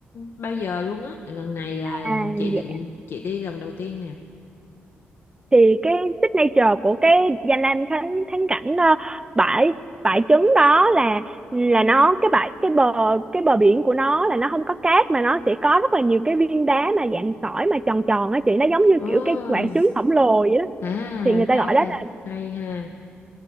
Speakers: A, on the left (about 70°); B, on the right (about 20°).
A: bao giờ luôn á. Lần này là
B: À,
A: chị định
B: dạ
A: chị đi lần đầu tiên nè.
B: thì cái signature của cái danh lam thắng thắng cảnh ờ, bãi bãi trứng đó là là nó cái bãi cái bờ cái bờ biển của nó là nó không có cát mà nó sẽ có rất là nhiều cái viên đá mà dạng sỏi mà tròn tròn á chị nó giống như
A: Ờ,
B: kiểu cái quả trứng khổng lồ vậy đó
A: à
B: thì người ta
A: khá
B: gọi
A: là
B: đó là
A: hay ha.